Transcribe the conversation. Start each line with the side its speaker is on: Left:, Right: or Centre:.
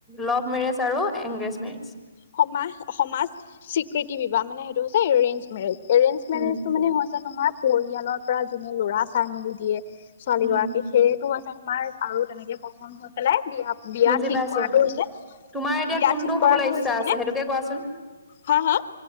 Centre: লভ মেৰেজ আৰু এংগেজ মেৰেজ।
Left: সমাজ সমাজ স্বীকৃতি বিবাহ। মানে সেইটো হৈছে এৰেঞ্জ মেৰেজ। এৰেঞ্জ মেৰেজটো
Centre: উম,
Left: মানে হৈছে তোমাৰ পৰিয়ালৰ পৰা যোনে লৰা চাই মেলি দিয়ে। ছোৱালী
Centre: উম,
Left: গৰাকী সেইয়টো হৈছে তোমাৰ আৰু তেনেকে প্ৰথম হৈ পেলাই বিয়া। বিয়া
Centre: বুজি
Left: ঠিক
Centre: পাইছো
Left: কৰাতটো হৈছে
Centre: তোমাৰ এতিয়া
Left: বিয়া
Centre: কোনটো
Left: ঠিক কৰাটো
Centre: হ'বলৈ ইচ্ছা
Left: হৈছে
Centre: আছে
Left: মানে।
Centre: সেইটোকে কোৱাচোন?
Left: হা হা।